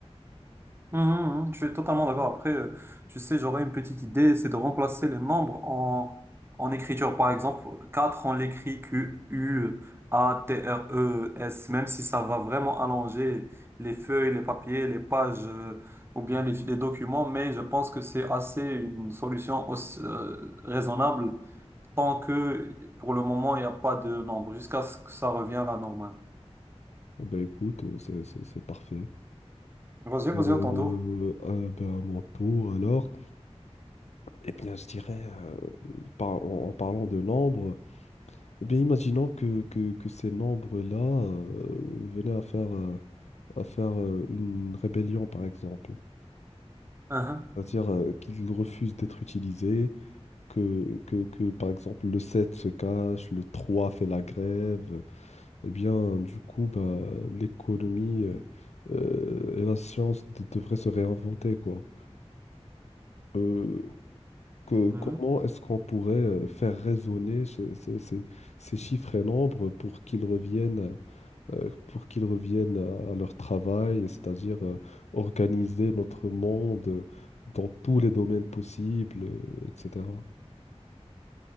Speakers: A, on the right (about 20°); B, on the left (about 80°).
A: Mhm, mhm, je suis totalement d'accord. Après, euh, tu sais, j'aurais une petite idée, c'est de remplacer les membres en, en écriture. Par exemple, 4 on l'écrit Q, U, A, T, R, E, S, même si ça va vraiment allonger les feuilles, les papiers, les pages, euh, ou bien les, les documents, mais je pense que c'est assez une solution aussi, euh, raisonnable tant que pour le moment, il n'y a pas de nombre, jusqu'à ce que ça revienne à la normale.
B: Ben écoute, euh, c'est c'est- c'est parfait.
A: Vas-y, vas-y,
B: Euh,
A: à ton tour.
B: ah, ben, à mon tour, alors. Eh bien, je dirais, euh, par- en, en parlant de nombres, eh bien, imaginons que, que- que ces nombres-là euh, venaient à faire, euh, à faire euh, une rébellion, par exemple.
A: Mhm.
B: C'est-à-dire euh, qu'ils refusent d'être utilisés, que, que, que, par exemple, le 7 se cache, le 3 fait la grève. Eh bien, du coup, bah, l'économie euh, euh, et la science de- devraient se réinventer, quoi. Euh, que
A: Mhm.
B: comment est-ce qu'on pourrait euh, faire résonner ces, ces- ces- ces chiffres et nombres pour qu'ils reviennent, euh, pour qu'ils reviennent à leur travail, et c'est-à-dire euh, organiser notre monde dans tous les domaines possibles, euh, etc.